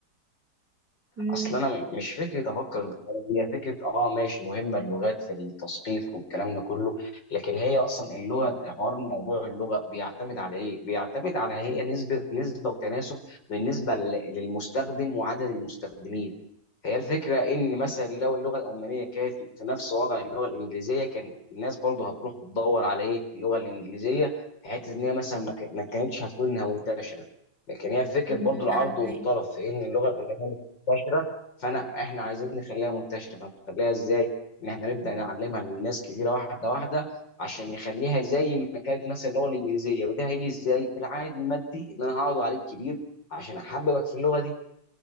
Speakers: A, on the right; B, on the left.
A: مم.
B: اصل انا م- مش فكره افكر بالطريقة دي، هي فكره اه ماشي مهمه اللغات في التثقيف والكلام ده كله لكن هي اصلا اللغه حوار موضوع اللغه بيعتمد على ايه؟ بيعتمد على هي نسبه نسبه وتناسب بالنسبه لل- للمستخدم وعدد المستخدمين فهي الفكره ان مثلا لو اللغه الالمانيه كانت في نفس وضع اللغه الانجليزيه كان الناس برضه هتروح بتدور على ايه؟ اللغه الانجليزيه في حته ان هي مثلا ما ك- ما كانتش هتكون انها منتشره لكن هي فكره
A: مم،
B: برضه العرض
A: أنا معاك.
B: والطلب في ان اللغه الالمانيه منتشره فانا احنا عايزين نخليها منتشره فنخليها ازاي؟ ان احنا نبدا نعلمها للناس كتيره واحده واحده عشان نخليها زي ما كانت مثلا اللغه الانجليزيه وده هيجي ازاي؟ بالعائد المادي اللي انا هقعد عليه كبير عشان احببك في اللغه دي